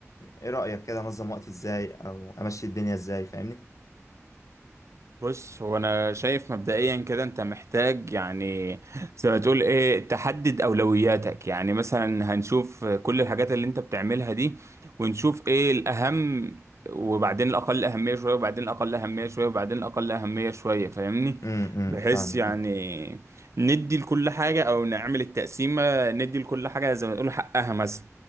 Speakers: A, on the left; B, on the right.
A: ايه رايك كده انظم وقتي ازاي او امشي الدنيا ازاي فاهمني
B: بص هو انا شايف مبدئيا كده انت محتاج يعني زي ما تقول ايه تحدد اولوياتك يعني مثلا هنشوف كل الحاجات اللي انت بتعملها دي ونشوف ايه الاهم وبعدين الاقل اهمية شوية وبعدين الاقل اهمية شوية وبعدين الاقل اهمية شوية فاهمني
A: امم
B: بحيث
A: فاهمك
B: يعني
A: أه.
B: ندي لكل حاجة او نعمل التقسيمة ندي لكل حاجة زي ما تقول حقها مثلا